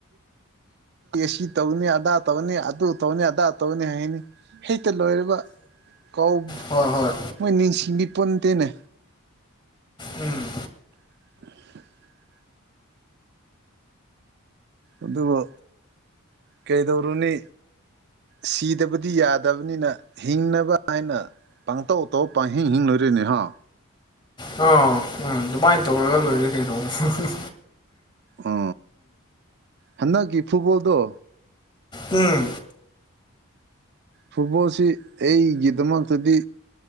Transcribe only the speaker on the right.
ꯁꯤ ꯇꯧꯅꯤ ꯑꯗꯥ ꯇꯧꯅꯤ ꯑꯗꯨ ꯇꯧꯅꯤ ꯑꯗꯥ ꯇꯧꯅꯤ ꯍꯥꯏꯅꯤ ꯍꯩꯇ ꯂꯣꯏꯔꯕ ꯀꯧ
ꯃꯣꯏ ꯅꯤꯡꯁꯤꯡ ꯕꯤꯄꯠꯇꯦꯅꯦ
<unintelligible> ꯑꯗꯨꯒ ꯀꯩꯗꯧꯔꯨꯅꯤ ꯁꯤꯗꯕꯗꯤ ꯌꯥꯗꯕꯅꯤꯅ ꯍꯤꯡꯅꯕ ꯍꯥꯏꯅ ꯄꯥꯡꯇꯧ ꯇꯧ ꯄꯥꯡꯍꯤꯡ ꯍꯤꯡ ꯂꯣꯏꯔꯦꯅꯦ ꯍꯥ
ꯑ ꯍꯟꯗꯛꯀꯤ ꯐꯨꯠꯕꯣꯜꯗꯣ
ꯐꯨꯠꯕꯣꯜꯁꯤ ꯑꯩꯒꯤꯗꯃꯛꯇꯗꯤ